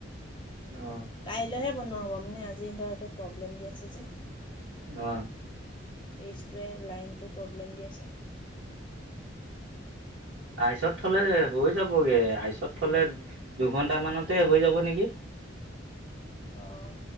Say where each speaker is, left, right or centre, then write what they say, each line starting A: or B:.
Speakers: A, on the right; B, on the left.
A: আহ
B: কাইলৈহে বনোৱা হ'ব মানে আজি সিহতৰ সটো প্ৰব্লেম দি আছে যে
A: অ
B: ফ্ৰিজটোৱে লাইনটো প্ৰব্লেম দি আছে
A: আইচত থলে হৈ যাবগে আইচত থলে দুঘন্টা মানতে হৈ যাব নেকি
B: অ'।